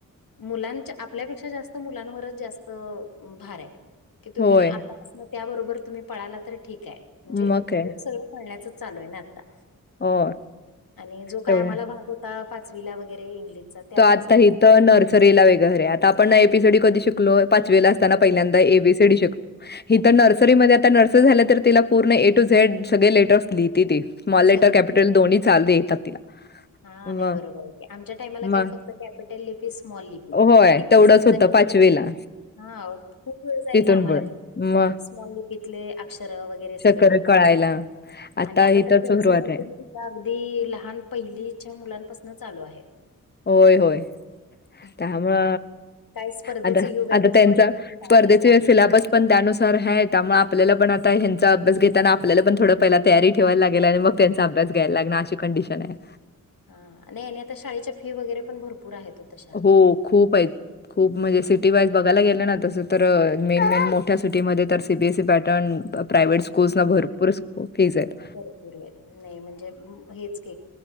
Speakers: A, on the left (about 75°); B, on the left (about 30°).
A: मुलांच्या आपल्यापेक्षा जास्त मुलांवरच जास्त भार आहे की तुम्ही
B: होय.
A: आता <inaudible> त्याबरोबर तुम्ही पळाला तर ठीक आहे म्हणजे
B: मग काय
A: जग सगळं पळण्याचच चालू आहे ना आता-
B: हो
A: आणि जो काय
B: तेवढं
A: आम्हाला भाग होता पाचवीला वगैरे इंग्लिशचा ते
B: तो आता
A: सगळं
B: इथ नर्सरीला वेगर आहे आता आपण एबीसीडी कधी शिकलो पाचवीला अस ताना पहिल्यांदा ऐ बी सी डी शिकलो. हित नर्सरीमध्ये आता नर्सरी झाल्या तर तिला पूर्ण ए टू झेड सगळे लेटर्स लिहिते ती स्मॉल लेटर
A: सगळे
B: कॅपिटल दोन्ही चाल येतात तिला
A: हा नाही
B: मग
A: बरोबर आहे. आमच्या टाईमाला
B: मग
A: काय फक्त कॅपिटल लिपी स्मॉल लिपी
B: होय
A: ती पण
B: तेवढंच
A: समजाय
B: होतं पाचवीला
A: हा खूप वेळ जायचा
B: तिथून
A: आम्हाला
B: पुढे
A: तरी
B: मग
A: स्मॉल लिपीतले अक्षर वगैरे वगैरे सगळ
B: चक्कर
A: अस
B: कळायला
A: आणि आता
B: इथं
A: तर करस्यु
B: सुरुवात आहे
A: <inaudible> अगदी लहान पहिलीच्या मुलांपासन चालू आहे.
B: होय होय
A: <unintelligible>
B: त्यामुळे
A: काय स्पर्धेचं
B: आता
A: युग आहे
B: आता
A: त्याच्याबरोबर
B: त्यांचा
A: त्यांना पाळायलाच
B: स्पर्धेच्या
A: लागणार.
B: वेळेस सिल्याबस पण त्यानुसार हाय त्यामुळे आपल्याला पण आता ह्यांचा अभ्यास घेताना आपल्याला पण थोडं पहिला तयारी- ठेवायला लागेल आणि
A: हो.
B: मग त्यांचा अभ्यास घ्यायला लागणार अशी कंडिशन आहे.
A: हा नाही नाही आता शाळेच्या फी वगैरे पण भरपूर आहेत ओ तशा
B: हो खुप आहेत. खूप म्हणजे सिटी वाईज बघायला गेलं ना तसं तर मेन मेन मोठ्या सिटीमध्ये तर C B S C pattern private schools
A: हं.
B: ला भरपूर फीज आहेत.
A: भरपूर नाही म्हणजे हेच की